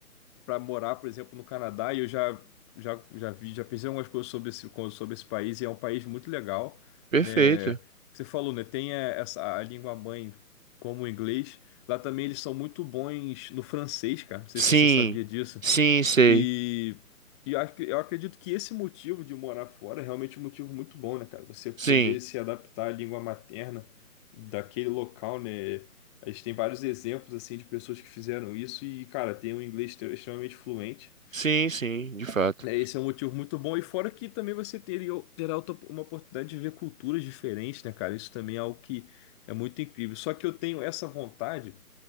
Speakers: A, on the left; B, on the right.
A: para morar, por exemplo, no Canadá, e eu já, já, já vi, já pensei em algumas coisas sobre esse, co- sobre esse país, e é um país muito legal,
B: Perfeito.
A: né? Você falou, né? Tem eh, essa, a língua mãe como o inglês. Lá também eles são muito bons no francês, cara. Não sei
B: Sim,
A: se você sabia disso.
B: sim, sei.
A: E, e eu, ac- eu acredito que esse motivo de morar fora é realmente um motivo muito bom, né, cara? Você poder
B: Sim.
A: se adaptar à língua materna daquele local, né? A gente tem vários exemplos, assim, de pessoas que fizeram isso e, cara, tem um inglês extre- extremamente fluente.
B: Sim, sim, de fato.
A: É, esse é um motivo muito bom. E fora que também você teria, terá outra- uma oportunidade de ver culturas diferentes, né, cara? Isso também é algo que é muito incrível. Só que eu tenho essa vontade